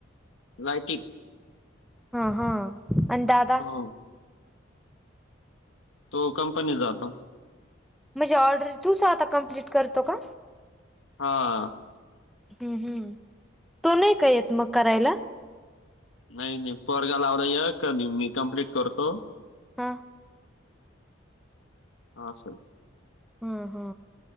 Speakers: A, on the left; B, in the centre.
A: लाइटिंग
B: हा हा आणि दादा
A: हो तो कंपनीत जातो.
B: म्हणजे ऑर्डर तूच आता कम्प्लीट करतो का?
A: हा.
B: हम् हम् तो नाही काय येत मग करायला
A: नाही नाही पोरग्या लावला एक आणि मी कम्प्लीट करतो.
B: हो
A: हा सर
B: हा हा